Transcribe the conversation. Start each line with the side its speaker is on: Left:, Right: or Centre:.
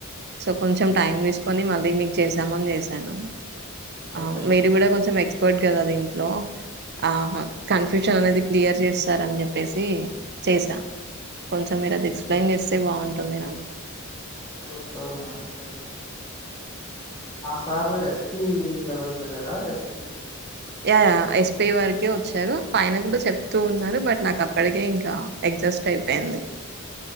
Right: సో కొంచెం టైం వేసుకొని మళ్ అ మీకు చేసామని చేసాను ఆ
Left: ఓకే మేడం
Right: మీరు కూడా కొంచెం ఎక్స్ వట్ కదా అది ఇంట్లో ఆహా
Left: ఆ,
Right: కన్ఫ్యూషన్
Left: యా.
Right: అనేది క్లియర్ చేస్తారని చెప్పేసి చేసా
Left: మ్మ్.
Right: కొంచెం మీరు అది ఎక్స్ప్లెయిన్
Left: ఓకే
Right: చేస్తే బాగుం ఉంది నాకు
Left: షూర్ షూర్ మేడం చేస్తా సార్ ఎస్పి లెవెల్కి వెళ్ళారా SP
Right: yeah yeah S P వరకే వచ్చారు ఆయన కూడా చెప్తూ ఉన్నారు బట్ నాకు అప్పటికే ఇంకా అడ్జస్ట్ అయిపోయింది